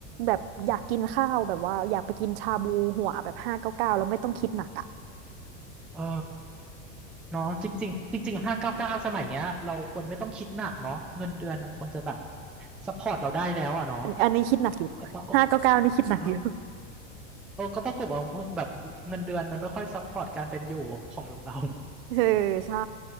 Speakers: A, on the right; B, in the centre.
A: แบบอยากกินข้าวแบบว่าอยากไปกินชาบูหัวแบบห้าเก้าเก้าแล้วไม่ต้องคิดหนักอ่ะ
B: เออเนาะจริงๆจริงๆห้าเก้าเก้าสมัยเนี้ยเราควรไม่ต้องคิดหนักเนาะเงินเดือนมันควรจะแบบซัพพอร์ตเราได้แล้วอ่ะเนาะ
A: อันนี้คิดหนักอยู่ห้าเก้าเก้านี่คิดหนักอยู่
B: แต่ปรากฏเออเออก็ปรากฏว่าแบบเงินเดือนมันไม่ค่อยซัพพอร์ตการเป็นอยู่ของเรา <laughs>
A: เออใช่